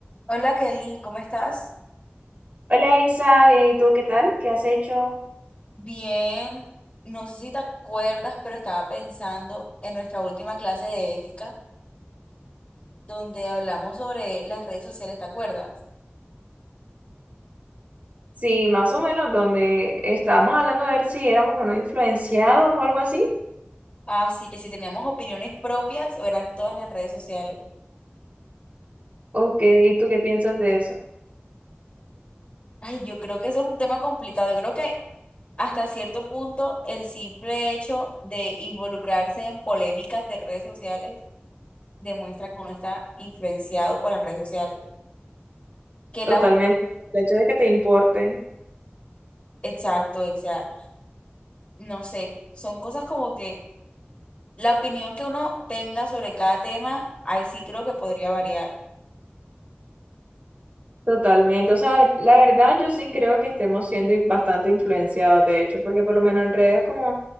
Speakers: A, on the left; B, on the right.
A: Hola Kelly, ¿cómo estás?
B: Hola Isa, bien, ¿y tú qué tal? ¿Qué has hecho?
A: Bien, no sé si te acuerdas, pero estaba pensando en nuestra última clase de ética, donde hablamos sobre las redes sociales, ¿te acuerdas?
B: Sí, más o menos donde estábamos hablando de ver si éramos o no influenciados o algo así.
A: Así que si teníamos opiniones propias o eran todas las redes sociales.
B: Ok, ¿y tú qué piensas de eso?
A: Ay, yo creo que eso es un tema complicado. Yo creo que hasta cierto punto el simple hecho de involucrarse en polémicas de redes sociales demuestra que uno está influenciado por las redes sociales. Que
B: Totalmente.
A: las,
B: El hecho de que te importe.
A: exacto, o sea, no sé, son cosas como que La opinión que uno tenga sobre cada tema, ahí sí creo que podría variar,
B: Totalmente, o sea, la verdad yo sí creo que estemos siendo in- bastante influenciados, de hecho, porque por lo menos en redes como